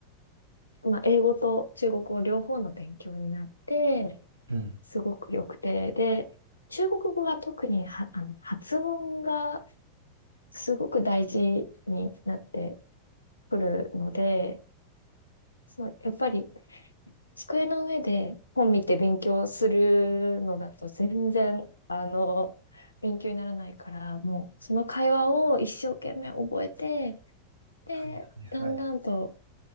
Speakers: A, on the left (about 75°); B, on the right (about 80°).
A: まあ、英語と中国語両方の勉強になって、
B: うん。
A: すごく良くて、で、中国語が特には、あの、発音がすごく大事になってくるので、そう、やっぱり机の上で本見て勉強するのだと全然、あの、勉強にならないから、もうその会話を一生懸命覚えて、で、
B: はいはいはい。
A: だんだんと